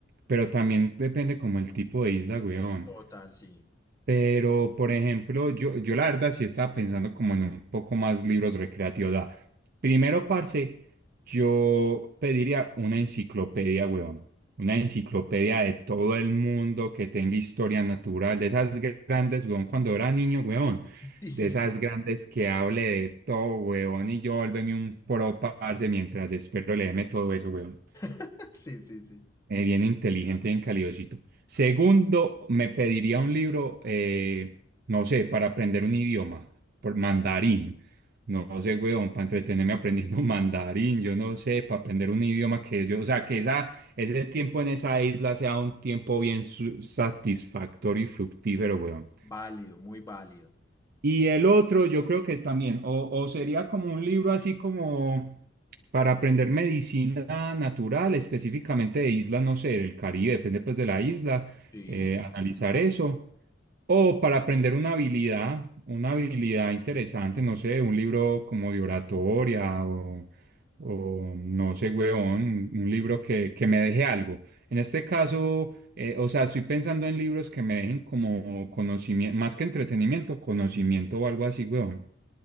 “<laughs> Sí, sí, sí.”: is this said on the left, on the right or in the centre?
Left